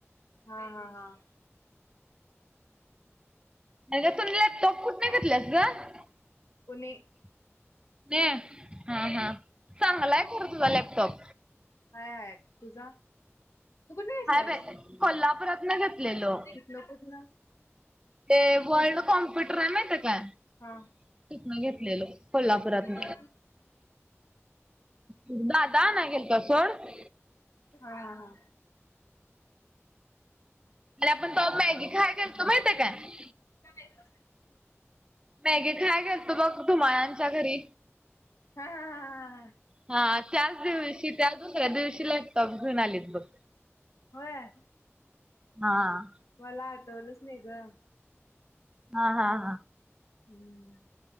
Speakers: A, on the left; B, on the right.
A: हां हां हां.
B: <unintelligible> तु लॅपटॉप कुठन घेतलास ग?
A: पुणे
B: <unintelligible> हा हा चांगलाय खरं तुझा लॅपटॉप.
A: हाय हाय तुझा? तू कुठन घेतल्यास
B: हाय बाय कोल्हापुरातन घेतलेलो.
A: तिथन कुठन
B: ते वर्ल्ड कॉम्प्युटरय माहितय काय?
A: हा.
B: तिथन घेतलेलो कोल्हापुरातन.
A: हा हा हा.
B: दादा आणायला गेलता सोड.
A: हां हां.
B: अरे आपण तवा मॅगी खायाय गेलतो माहितीय काय?
A: <unintelligible>
B: मॅगी खायाय गेलतो बघ धुम्हाळांच्या घरी?
A: हा हा हा हा
B: हा त्याच दिवशी त्या दुसऱ्या दिवशी लॅ पटॉप घेऊन आलेत बघ.
A: होय.
B: हां.
A: मला आठवलंच नाही ग.
B: हां हां हां.
A: हम्म.